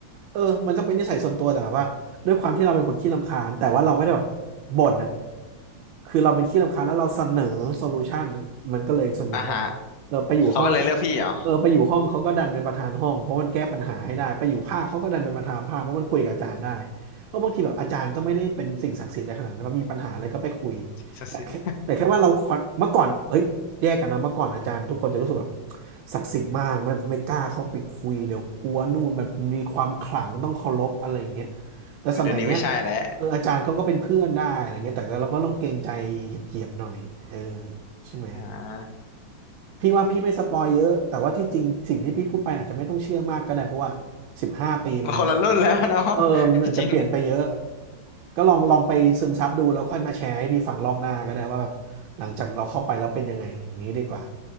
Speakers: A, on the right; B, on the left.
A: เออมันก็เป็นนิสัยส่วนตัวแต่แบบว่าด้วยความที่เราเป็นคนขี้รำคาญแต่ว่าเราไม่ได้แบบบ่นอ่ะ คือเราเป็นขี้รำคาญแล้วเราเสนอโซลูชันมันก็เลยส่วนใหญ่ก็แบบเออไปอยู่ห้อง
B: <laughs> อ่ะฮะเขาก็เลยเลือกพี่เหรอ
A: เออไปอยู่ห้องเขาก็ดันเป็นประธานห้องเพราะมันแก้ปัญหาให้ได้ไปอยู่ภาคเขาก็ดันเป็นประธานภาคเพราะมันคุยกับอาจารย์ได้เพราะบางทีแบบอาจารย์ก็ไม่ได้เป็นสิ่งศักดิ์สิทธิ์อะไรขนาดนั้นว่ามีปัญหาอะไรก็ไปคุย
B: ทีสสิทธิ์
A: แต่แค่แต่แค่ว่าเราคอนเมื่อก่อนเอ้ยแยกกันนะเมื่อก่อนอาจารย์ทุกคนจะรู้สึกแบบศักดิ์สิทธิ์มากไม่ไม่กล้าเข้าไปคุยเดี๋ยวกลัวนู่นแบบมีความขลังต้องเคารพอะไรอย่างเงี้ยแต่สมัยเนี้ย
B: เดี๋ยวนี้ไม่ใช่แล้ว
A: เอออาจารย์เขาก็เป็นเพื่อนได้อะไรเงี้ยแต่ก็เราก็ต้องเกรงใจเหยียบๆหน่อยเออใช่ไหม
B: อ่า
A: พี่ว่าพี่ไม่สปอยเยอะแต่ว่าที่จริงสิ่งที่พี่พูดไปอาจจะไม่ต้องเชื่อมากก็ได้เพราะว่าสิบห้าปีมัน
B: มันคนละรุ่นแล้วเนาะ
A: เออมันอาจจะเปลี่ยนไปเยอะ
B: <laughs> จริง
A: ก็ลองลองไปซึมซับดูแล้วค่อยมาแชร์ให้พี่ฟังรอบหน้าก็ได้ว่าแบบหลังจากเราเข้าไปแล้วเป็นยังไงอย่างนี้ดีกว่า